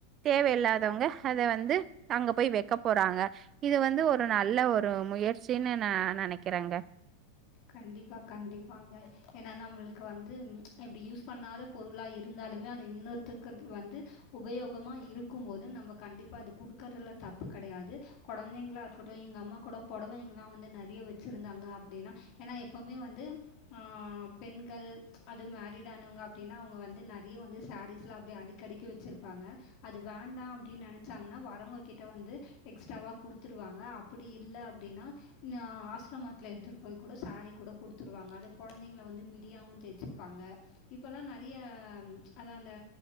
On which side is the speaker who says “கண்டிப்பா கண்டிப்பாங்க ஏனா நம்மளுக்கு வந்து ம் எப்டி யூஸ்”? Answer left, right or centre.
Left